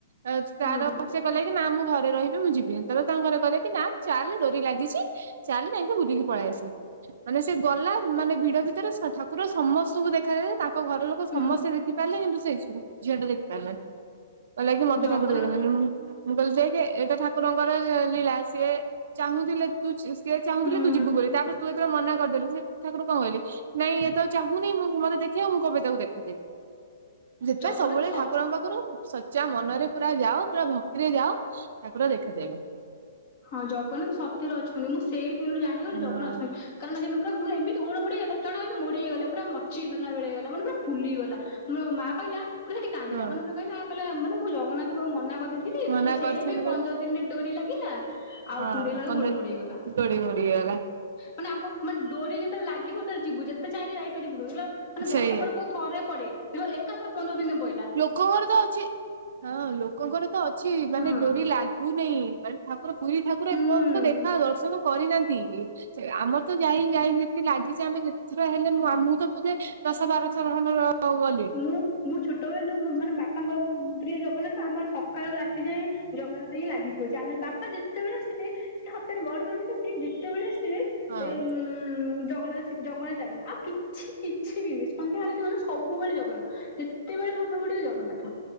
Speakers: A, on the right; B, on the left.
A: ଆ ତାର
B: ହୁଁ
A: ସେ କହିଲା କିି ନା ମୁଁ ଘରେ ରହିବି ମୁଁ ଯିବିନି ତାପରେ ତାଙ୍କ ଘରେ କହିଲ କି ନା ଚାଲେ ଡୋରି ଲାଗିଚି ଚାଲେ ଯାଇକି ବୁଲିକି ପଳେଇ ଆସିବା ମାନେ ସେ ଗଲା ମାନେ ଭିଡ ଭିତରେ ଠାକୁର ସମସ୍ତଙ୍କୁ ଦେଖାାଯାଏ। ତାଙ୍କ ଘର ଲୋକ
B: ହୁଁ
A: ସମସ୍ତେ ଦେଖିପାରିଲେ କିନ୍ତୁ ସେଇ ଝି ଝିଅ ଟା ଦେଖି ପାରିଲାନି। କହିଲା କିି ମତେ
B: ଜଗନ୍ନା
A: ଠାର ଦେଖାଦେଲେନି ମୁଁ ମୁଁ କହିଲି ଦେ ଏଟା ଠାକୁରଙ୍କର ଲୀଳା ସିଏ ଚାହୁଁଥିଲେ ତୁ ସେିଏ ଚାହୁଁଥିଲେ
B: ହୁଁ
A: ତୁ ଯିବୁ ବୋଲି ତାପରେ ତୁ ଯେତେବେଳେ ମନା କରିଦେଲିୁ ସେ ତାପରେ କଣ କଲେ ନାଇଁ ଇଏତ ଚାହୁଁନି ମୁଁ ମତେ ଦେଖେଇବ ମୁଁ କବେି ତାକୁ ଦେଖାଦେବି। ସେଥିପାଇଁ
B: ଜଗନ୍ନାଥ
A: ସବୁବେଳେ
B: ସତ
A: ଠାକୁରଙ୍କ ପାଖରୁ ସଚା ମନରେ ପୁରା ଯାଅ ପୁରା ଭକ୍ତିରେ ଯାଅ ଠାକୁର ଦେଖାଦେବେ।
B: ହଁ ଜଗନ୍ନାଥ ସତରେ ଅଛନ୍ତି ମୁଁ ସେଇ ଦିନୁ ଜାଣିଗଲି
A: ହଁ
B: ଜଗନ୍ନାଥ ଅଛ କାରଣ ସେ ପୁରା ଏମିତି ଗୋଡ ମୋଡ଼ି ହେଇଗଲା ଜଣ ମୋଡି ହେଇଗଲା ପୁରା ମକଚି ହେଇଗଲା ଭଲିଆ ହେଇଗଲା ମାନେ ପୁର ଫୁଲିଗଲା। ମ ମା କହିଲା ପୁରା ସେଠି କାନ୍ଦିଲା
A: ହଁ
B: ମାନେ ପ କହିଲା କହିଲ ମାନେ ମୁ ଜଗନାଥଙ୍କୁ ମନା କରି ଦେଇ ଥିଲ
A: ମନା
B: ଦେଖିଲା ବେଳକୁ
A: କରିଥିଲି
B: ସେଇ ପାଇଁ
A: ବୋଲି
B: ପନ୍ଦର ଦିନରେ ଡୋରି ଲାଗିଲା। ଆଉ
A: ହଁ
B: କୁଣ୍ଡେଇଲାଲୁ
A: ପନ୍ଦର
B: ଗୋଡ଼ ମୋଡ଼ି ହେଇଗଲା
A: ଗୋଡି ମୋଡି ହେଇଗଲା
B: ମାନେ ଆମ ମାନେ ଡୋରି ଯେତେଳେ ଲାଗିବ ସେତେଳେ ଯିବୁ ଯେତେ ଚାହିଁଲେ ଯାଇପାରିବୁନି ମାନେ
A: ସେଇଆ
B: ବର୍ଷକରେ କୋଉ ଥରେ ପଡେ ଏକାଥରେ ପନ୍ଦର ଦିନ ପରେ
A: ଲୋକଙ୍କର ତ ଅଛି ହଁ ଲୋକଙ୍କର ତ ଅଛି ମାନେ
B: ହଁ
A: ଡୋରି ଲାଗୁନାହିଁ ମାନେ ଠାକୁ ର ପୁରୀ ଠାକୁର
B: ହୁଁ।
A: ଏପର୍ଯ୍ୟନ୍ତ ଦେଖା ଦର୍ଶନ କରିନାହାନ୍ତି। ଆମର ତ ଯାଇ ଯାଇ ଯେତି ଲାଗିଛି ଆମେ ଯେତେଥର ହେଲେ ମୁ ଆମକୁ ତ ପେ ଦଶ ବାର ଥର ଖଣ୍ଡେ ଗଲି
B: ମୁଁ ମୁଁ ଛୋଟବେଳ ମାନେ ବାପାଙ୍କ ପ୍ରିୟ ଜଗନ୍ନାଥ ଆମର ସକାଳୁ ରାତି ଯାଏ ଜଗନ୍ନାଥ ହିଁ ଲାଗି ଆମେ ବାପା ଯେତେବେଳେ ଆସିବେ ସେ ହାତରେ ବଡ ବ୍ରମି ଯେତେବେଳେ ଆସି ଥିବେ
A: ହଁ
B: ଏ ଉ ଜଗନ୍ନାଥ ଜଗନ୍ନାଥ <inaudible> ଆଉ କିଛି କିଛି ବିି <inaudible> ତ ମାନେ ସବୁ ସବୁବେଳେ ଜଗନ୍ନାଥ ଯେତେବେଳେ ଫାଙ୍କା ପଡିବ ଜଗନ୍ନାଥ